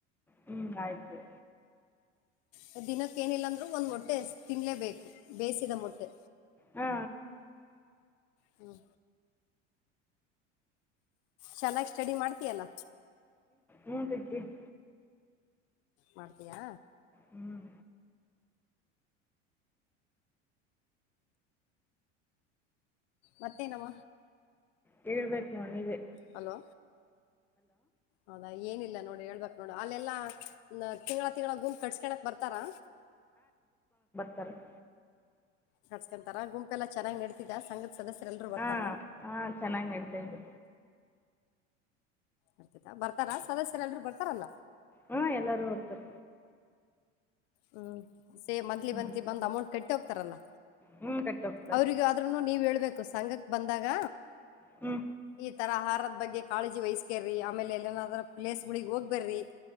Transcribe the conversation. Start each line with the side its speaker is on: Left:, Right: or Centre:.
Centre: ಹ್ಮ್ ಆಯ್ತು
Left: ಹ್ಂ ದಿನಕ್ಕೇನಿಲ್ಲ ಅಂದರೂ ಒಂದು ಮೊಟ್ಟೆ ತಿನ್ನಲೇಬೇಕು ಬೇಯಿಸಿದ ಮೊಟ್ಟೆ
Centre: ಹಾ
Left: ಹ್ಮ್ ಚೆನ್ನಾಗಿ ಸ್ಟಡಿ ಮಾಡ್ತಿಯಲ್ಲ
Centre: ಮೂಟಕ್ಕೆ <unintelligible>
Left: ಮಾಡ್ತೀಯಾ
Centre: ಹ್ಮ್
Left: ಮತ್ತೇನಮ್ಮ
Centre: ಹೇಳ್ಬೇಕು ನಾನ ನೀವೆ
Left: ಹಲೋ ಹೌದಾ ಏನಿಲ್ಲ ನೋಡಿ <unintelligible> ಹೇಳ್ಬಕ್ ನೋಡು ಅಲ್ಲೆಲ್ಲಾ ತಿಂಗಳಾ ತಿಂಗಳ ಗುಂ ಕಟ್ಸಸ್ಕಳಕ್ ಬರ್ತಾರಾ
Centre: ತ್ತರ <unintelligible>
Left: ಕರ್ಸ್ಕೊಂತಾರ ಗುಂಪು ಎಲ್ಲಾ ಚೆನ್ನಾಗ್ ನಡ್ತಿದ ಸಂಘತ್ ಸದಸ್ಯರೆ ಎಲ್ರರು ಬರ್ತಾರ
Centre: ಹಾಂ ಹಾಂ ಚೆನ್ನಾಗಿ ನಡೀತಾ ಇದೆ
Left: ಇರ್ತತ ಬರ್ತಾರಾ ಸದಸ್ಯರೆಲ್ರೂ ಬರ್ತಾರಲ್ಲ
Centre: ಹ್ಮ ಎಲ್ಲಾರೂ ಹೋಗ್ತಾರ
Left: ಹ್ಮ್ ಸೇ ಮಂತ್ಲಿ
Centre: ಹ್ಞೂ
Left: ಮಂತ್ಲಿ ಬಂದು ಅಮೌಂಟ್ ಕಟ್ಟಿ ಹೋಗ್ತಾರಲ್ಲ
Centre: ಹ್ಞೂ ಕಟ್ಟಿ ಹೋಗ್ತಾರೆ
Left: ಅವ್ರಿಗ ಆದ್ರನು ನೀವ್ ಹೇಳ್ಬೇಕು ಸಂಘ ಬಂದಾಗ
Centre: ಹ್ಞೂ
Left: ಈ ತರ ಆಹಾರದ ಬಗ್ಗೆ ಕಾಳಜಿ ವಹಸ್ಕೇರ್ರಿ ಆಮೇಲೆ ಎಲ್ಲನಾದರೂ ಪ್ಲೇಸ್ಗಳಿಗೆ ಹೋಗ್ ಬರ್ರಿ